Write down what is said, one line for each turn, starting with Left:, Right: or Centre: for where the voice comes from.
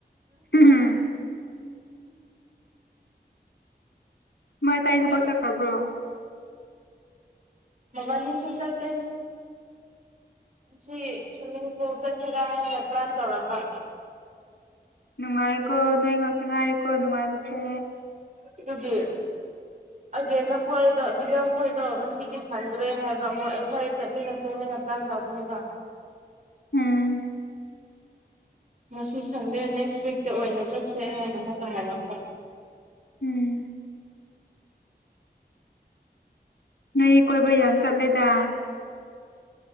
Left: ꯎꯝ ꯃꯥꯏ ꯇꯥꯏ
Right: ꯍꯧꯒꯠꯂꯦ
Left: ꯊꯕꯛ ꯆꯠꯈ꯭ꯔꯕ꯭ꯔꯣ
Right: ꯃꯕꯅꯤꯁꯨ ꯆꯠꯇꯦ ꯁꯤ ꯁ꯭ꯋꯤꯃꯤꯡ ꯄꯨꯜ ꯆꯠꯁꯤꯔ ꯍꯥꯏꯅ ꯄ꯭ꯂꯥꯟ ꯇꯧꯔꯝꯕ
Left: ꯅꯨꯡꯉꯥꯏꯀꯣ ꯅꯣꯏ ꯉꯥꯛꯇ ꯉꯥꯏꯔꯦꯀꯣ ꯅꯨꯡꯉꯥꯏꯕꯁꯦ
Right: ꯑꯗꯨꯒꯤ ꯑꯒꯦꯟ ꯅꯈꯣꯏꯗꯣ ꯕꯤꯒꯡꯈꯣꯏꯗꯣ ꯉꯁꯤꯗꯤ ꯁꯪꯗ꯭ꯔꯦ ꯍꯥꯏꯕ ꯑꯃꯨꯛ ꯑꯩꯈꯣꯏ ꯆꯠꯃꯤꯟꯅꯁꯦ ꯍꯥꯏ ꯅ ꯄ꯭ꯂꯥꯟ ꯇꯧꯕꯅꯦꯕꯥ
Left: ꯎꯝ
Right: ꯉꯁꯤ ꯁꯪꯗꯦ ꯅꯦꯛꯁ ꯋꯤꯛꯇ ꯑꯣꯏꯅ ꯆꯠꯁꯦ ꯍꯥꯏꯅ ꯑꯃꯨꯛꯀ ꯍꯥꯏꯔꯛꯄ <inaudible>
Left: ꯎꯝ ꯅꯣꯏꯗꯤ ꯀꯣꯏꯕ ꯌꯥꯝ ꯆꯠꯂꯦꯗ